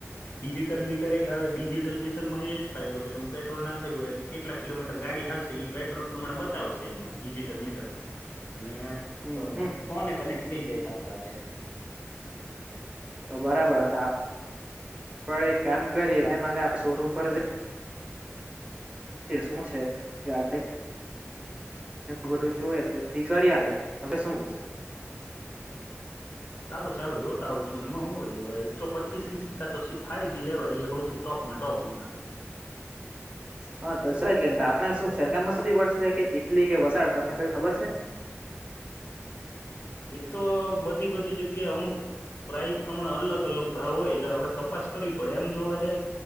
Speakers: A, on the left; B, on the right.
A: ડિજિટલ મીટર આવે. ડિજિટલ મીટલમાં એ જ ફાયદો ઉઠાવે કે, તમે પેટ્રોલ ના ખું એ કેટલા કિલોમીટર ગાડી હાલશે એ પેટ્રોલ પ્રમાણે. શે એમાં ડિજિટલ મીટરમાં. અને
B: હમ
A: તો
B: હમ
A: ફોન કનેક. થઠી જે હાથે હાથે.
B: તો બરાબર. તો આપ આપ એક કામ કરીએ આપ શોરૂમ પર જ.
A: <inaudible>
B: શું છે? કે આપ બધું જોએ ફ્રી કરી. <unintelligible>
A: <inaudible> સારું સારું. જોતા હોઉં છું. એમાં હું હોય એકસો પચીસ સી સી્કા તો ફાઇ જી લેવાય એ સૌ ટોપમાં ટોપ. <unintelligible>
B: હા તો સ કે આપડણે શું સરરગામમાં સી પડશે કે ચીખલી કે વસાડ તનેઈ ખબર છે?
A: એતો બધી બધી જગ્યાએ અમુક. પ્રાઇસ પ્રમાણે અલગ અલગ ભાવ હોય. એટલે આપડે તપાસ કરવી પડે એમ જોવા જાય,